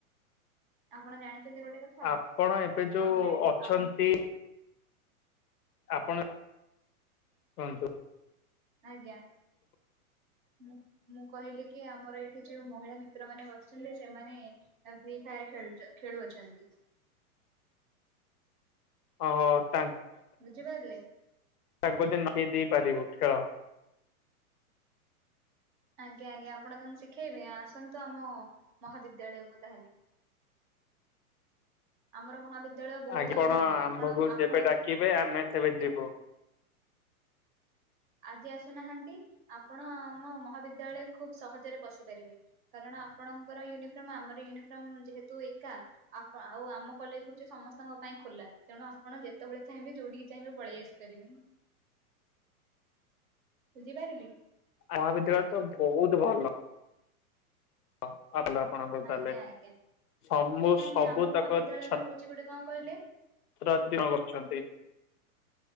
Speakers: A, on the right (about 35°); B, on the left (about 85°).
A: ଆପଣ ଜାଣିଛନ୍ତି ଗୋଟେ କଥା।
B: ଆପଣ ଏବେ ଯୋଉ
A: ଆମର ଏ
B: ଅଛନ୍ତି
A: ଆମ୍
B: ଆପଣ କୁହନ୍ତୁ।
A: ଆଜ୍ଞା ହଁ। ମୁଁ କହିଲି କି ଆମର ଏଇଠି ଯୋଉ ମହିଳା ମିତ୍ର ମାନେ ବସିଥିଲେ। ସେମାନେ ଫ୍ରି ଫାୟାର ଖେଲୁଚ ଖେଳ ଖେଳୁ ଅଛନ୍ତି।
B: ଓ ହୋ।
A: ବୁଝିପାରିଲେ।
B: <unintelligible> ନ ଦେଇ ପାରିବୁ ଖେଳ।
A: ଆଜ୍ଞା ଆଜ୍ଞା ଆପଣ ତାଙ୍କୁ ଶିଖେଇବେ। ଆସନ୍ତୁ ଆମ ମହାବିଦ୍ୟାଳୟକୁ ତାହେଲେ। ଆମର ମହାବିଦ୍ ବିଦ୍ୟାଳୟ ବହୁତ
B: ଆପଣ
A: ଭଲ।
B: ଆମ୍ଭକୁ
A: ଆପଣଙ୍କ ଆପଣଙ୍କ
B: ଯେବେ ଡାକିବେ ଆମେ ସେବେ ଯିବୁ।
A: ଆଜି ଆସୁନାହାନ୍ତି। ଆପଣ ଆମ ମହାବିଦ୍ୟାଳୟ ଖୁବ୍ ସହଜରେ ପସିପାରିବେ କାରଣ ଆପଣଙ୍କର ୟୁନିଫର୍ମ ଆମର ୟୁନିଫର୍ମ ଯେହେତୁ ଏକା। ଆପ୍- ଆଉ ଆମ କଲେଜ ହଉଚି ସମସ୍ତଙ୍କ ପାଇଁ ଖୋଲା। ତେଣୁ ଆପଣ ଯେତେବେଳେ ଚାହିଁବେ ଯୋଉଠିକି ଚାହିଁବେ ପଳେଇ ଆସିପାରିବେ। ବୁଝିପାରିଲି।
B: ମହାବିଦ୍ୟାଳୟ ତ ବହୁତ ଭଲ। ହ ଆଲାପଣଙ୍କର ତାହେଲେ।
A: ଆଜ୍ଞା ଆଜ୍ଞା
B: ସମୁ
A: ନାଇଁ
B: ସବୁ
A: ନାଇଁ ଆମ ମହାବିଦ୍ୟାଳୟରେ
B: ତକ ଛାତ୍-ଛାତ୍ରୀ
A: ହଉଛି ଗୋଟେ କଣ କହିଲେ
B: କଣ କରୁଛନ୍ତି?